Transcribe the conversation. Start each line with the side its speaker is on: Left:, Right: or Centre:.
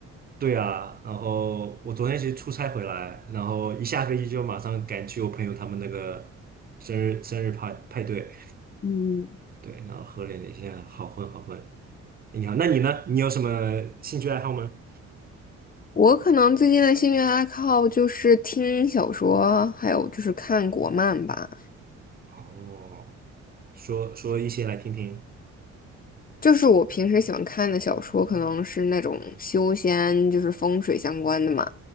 Right: 对啊。然后我昨天其实出差回来，然后一下飞机就马上赶去我朋友他们那个生日生日派派对，
Left: 嗯，
Right: 对，然后喝了点现在好混好混。哎，你好，那你呢？你有什么兴趣爱好吗？
Left: 我可能最近的兴趣爱好就是听小说，还有就是看国漫吧。
Right: 哦。说说一些来听听。
Left: 就是我平时喜欢看的小说，可能是那种修仙，就是风水相关的嘛。